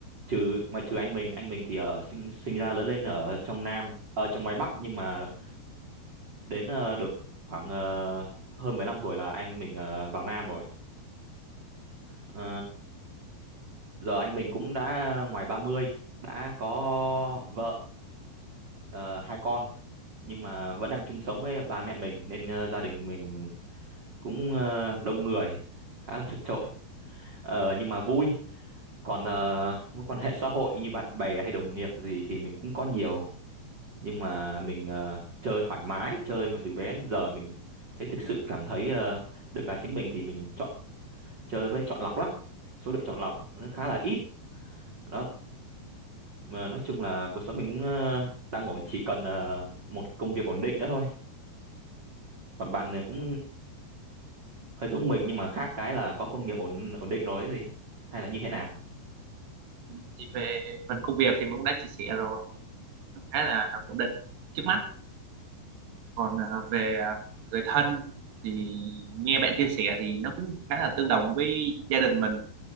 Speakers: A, on the right; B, on the right.
A: trừ ngoại trừ anh mình anh mình thì ở sinh sinh ra lớn lên ở trong Nam ở trong ngoài Bắc nhưng mà đến ờ, đợt khoảng ờ, hơn 15 tuổi là anh mình ờ, vào Nam rồi Ờ, giờ anh mình cũng đã ngoài 30, đã có vợ ờ, hai con nhưng mà vẫn đang chung sống với ba mẹ mình nên ờ, gia đình mình cũng ờ, đông người khá là chật chội Ờ, nhưng mà vui còn ờ, mối quan hệ xã hội như bạn bè hay đồng nghiệp gì thì mình cũng có nhiều nhưng mà mình ờ, chơi thoải mái chơi mà từ bé đến giờ mình thấy thực sự cảm thấy ờ, được là chính mình thì mình chọn chơi với chọn lọc lắm số lượng chọn lọc nó khá là ít đó mà nói chung là cuộc sống mình cũng ờ, đang ổn chỉ cần ờ, một công việc ổn định nữa thôi còn bạn này cũng hơi giống mình nhưng mà khác cái là có công nghiệp ổn ổn định rồi ấy gì hay là như thế nào
B: Ừ, thì về phần công việc thì mình cũng đã chia sẻ rồi nó khá là ổn định trước mắt còn à, về à, người thân thì nghe bạn chia sẻ thì nó cũng khá là tương đồng với gia đình mình